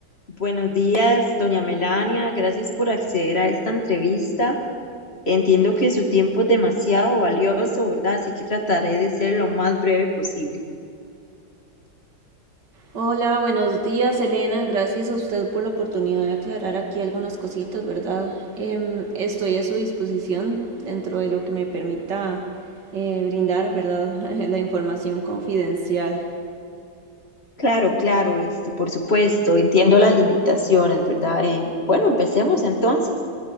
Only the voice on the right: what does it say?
Hola, buenos días, Elena. Gracias a usted por la oportunidad de aclarar aquí algunas cositas, ¿verdad? Em, estoy a su disposición dentro de lo que me permita eh, brindar, ¿verdad? <laughs> la información confidencial.